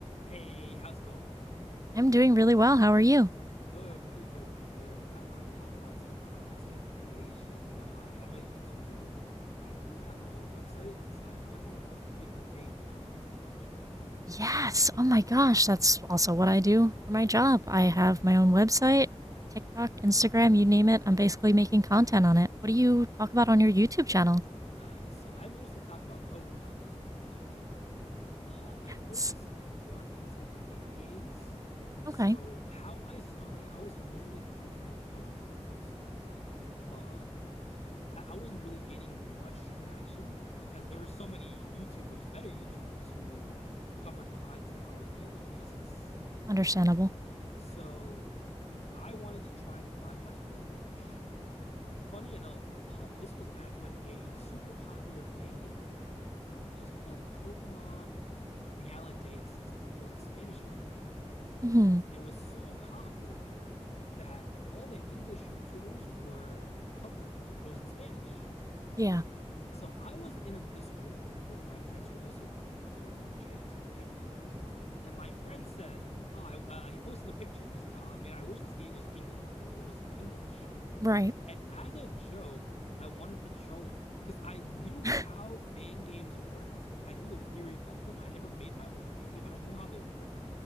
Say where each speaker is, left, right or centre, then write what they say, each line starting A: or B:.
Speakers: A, on the left (about 65°); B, on the right (about 30°).
A: Hey, how's it going?
B: I'm doing really well. How are you?
A: Good, pretty good, pretty good. But I want to talk about some content creation. You know, I am a YouTuber and I do have my own website, so I'd definitely love to pick your brain about content creation.
B: Yes. Oh my gosh. That's also what I do for my job. I have my own website, TikTok, Instagram, you name it. I'm basically making content on it. What do you talk about on your YouTube channel?
A: Nice. So I mostly talk about Pokemon, funny enough. Uh, I
B: That's-
A: focus more into fan games.
B: okay.
A: So how I started, I was originally covering Pokemon news, but I wasn't really getting much traction because there were so many YouTubers, better YouTubers, who covered content on a daily basis.
B: Understandable.
A: So I wanted to try and find my own niche. Funny enough, uh, this was back when a super popular fan game came out. It was called Pokemon Realidea System. It was a Spanish fan game,
B: hmm
A: and it was so popular that all the English YouTubers were covering it, but it was in Spanish.
B: Yeah.
A: So I was in a Discord with my friends who also did YouTube. They were bigger channels channels than me. And my friend said, "Oh, I, uh, he posted a picture and he said, "Oh man, I wish this game was English. It was in English."
B: Right.
A: And as a joke, I wanted to troll him because I knew how
B: <laughs>
A: fan games worked. I knew the theory of them. I never made my own fan game, but I knew how they worked,